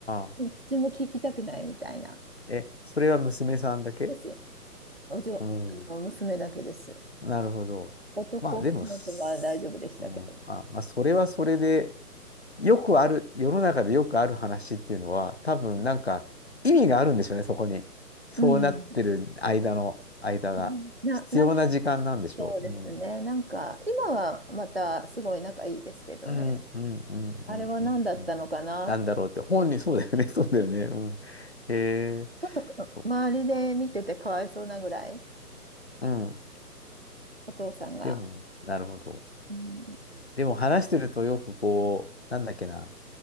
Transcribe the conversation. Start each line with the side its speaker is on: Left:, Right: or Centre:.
Left: あ。
Right: もう口も聞きたくないみたいな。
Left: え、それは娘さんだけ
Right: です。おじょ、
Left: うん。
Right: あの、娘だけです。
Left: なるほど。
Right: 男の子は大丈夫でしたけど。
Left: まあでも、すうん。あ、まあそれはそれで、よくある、世の中でよくある話っていうのは、多分なんか意味があるんでしょうね、
Right: う
Left: そこに。そうなってる間の、
Right: ん。
Left: 間が。
Right: うん。な、
Left: 必要な時間なんでしょう。
Right: なんか、そうですね。
Left: うん。
Right: なんか、今はまたすごい仲いいですけどね。
Left: うん、うん、うん、
Right: あれは何だったのかなって。
Left: うん、うん。うんなんだろうって、本人、
Right: ち
Left: そうだよね、<laughs> そうだよね。うん。へえ、
Right: ょっと周りで見ててかわいそうなぐらい、
Left: そう。うん。
Right: お父さんが。
Left: でも、なるほど。
Right: うん。
Left: でも話してるとよくこう、なんだっけな、